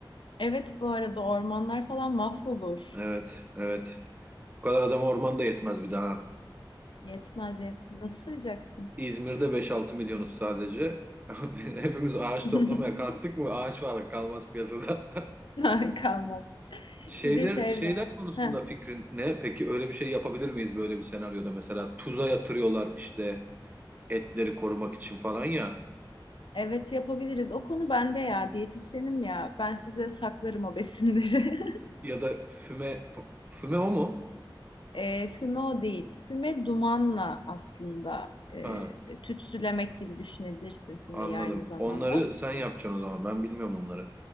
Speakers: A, on the left (about 70°); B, on the right (about 20°).
A: Evet bu arada ormanlar falan mahvolur.
B: Evet, evet. Bu kadar adam ormanda yetmez bir daha.
A: Yetmez yetmez. Nasıl sığacaksın?
B: İzmir'de beş altı milyonuz sadece. <laughs> Hepimiz ağaç
A: <laughs>
B: toplamaya kalktık mı ağaç varlık kalmaz piyasada.
A: Ha, Kalmaz.
B: <laughs> Şeyler
A: Bir de şey
B: şeyler
A: var.
B: konusunda
A: Heh,
B: fikrin ne? Peki öyle bir şey yapabilir miyiz böyle bir senaryoda mesela tuza yatırıyorlar işte etleri korumak için falan ya
A: evet yapabiliriz. O konu bende ya. Diyetisyenim ya. Ben size saklarım o besinleri.
B: ya da füme f- füme o mu?
A: e, füme o değil. Füme dumanla aslında
B: Ha,
A: e, tütsülemek gibi düşünebilirsin fümeyi
B: anladım.
A: aynı zamanda.
B: Onları sen yapacaksın o zaman. Ben bilmiyorum onları.